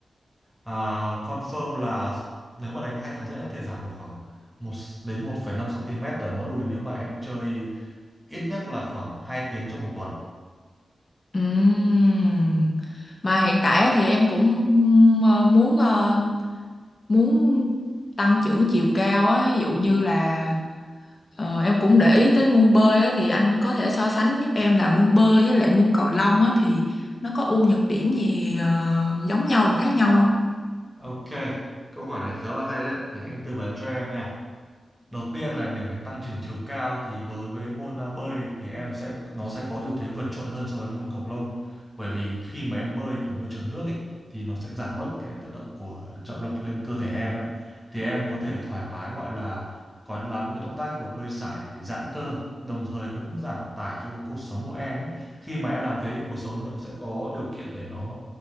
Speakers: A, in the centre; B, on the left.
A: à, confirm là nếu mà đánh hai tháng rưỡi em có thể giảm được khoảng một đến 1,5 cm ở mỡ đùi nếu mà em chơi ít nhất là khoảng 2 tiếng trong một tuần
B: Ừm. Mà hiện tại á thì em cũng ờ, muốn ờ, muốn tăng trưởng chiều cao á, ví dụ như là ờ, em cũng để ý tới môn bơi á thì anh có thể so sánh giúp em là môn bơi với lại môn cầu lông á thì nó có ưu nhược điểm gì ờ, giống nhau và khác nhau không?
A: Ok, câu hỏi này khá là hay đấy, để anh tư vấn cho em nha. Đầu tiên là để phải tăng trưởng chiều cao thì đối với môn à, bơi thì em sẽ nó sẽ có ưu thế vượt trội hơn so với môn cầu lông bởi vì khi mà em bơi ở môi trường nước ấy thì nó sẽ giảm bớt cái tác động của trọng lực lên cơ thể em ấy thì em có thể thoải mái gọi là có làm những cái động tác như kiểu bơi sải để, để giãn cơ đồng thời nó cũng giảm tải cho cái cột sống của em ấy khi mà em làm thế thì cột sống nó sẽ có điều kiện để nó